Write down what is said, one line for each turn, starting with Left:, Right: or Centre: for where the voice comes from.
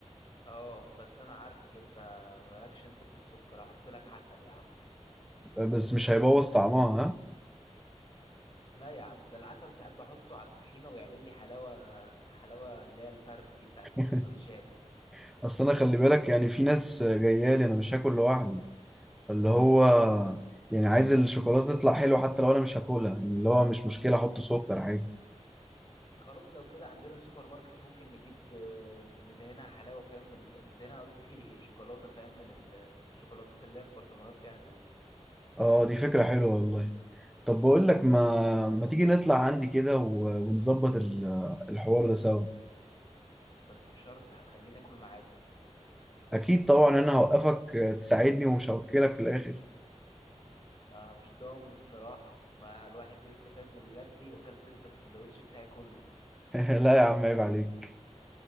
Left: اه بس أنا عارفك أنت مالكش أنت في السكر هحط لك عسل يا عم
Centre: بس مش هيبوظ طعمها ها
Left: لا يا عم ده العسل ساعات بحطه على الطحينة ويعمل لي حلاوة حلاوة اللي هي الفرد دي بتاعة السندوتشات
Centre: <laughs> اصل انا خلي بالك يعني في ناس جايه لي انا مش هاكل لوحدي فاللي هو يعني عايز الشوكولاتة تطلع حلوة حتى لو أنا مش هاكلها يعني اللي هو مش مشكلة أحط سكر عادي
Left: خلاص لو كده عندنا السوبر ماركت ممكن نجيب آه، ندهنها حلاوة فاهم من ال... ندهنها قصدي <laughs> شوكولاتة فاهم من الشوكولاتات <laughs> اللي هي في برطمانات جاهزة دي
Centre: اه دي فكرة حلوة والله طب بقول لك ما ما تيجي نطلع عندي كده و- ونظبط ال- الحوار ده سوا
Left: بس بشرط هتخليني آكل معاكم
Centre: أكيد طبعا أنا هوقفك تساعدني ومش هوكلك في الآخر
Left: ما مش ضامن الصراحة ما الواحد لسه فاهم متغدي وأكلت أنت السندوتش بتاعي كله
Centre: <laughs> لا يا عم عيب عليك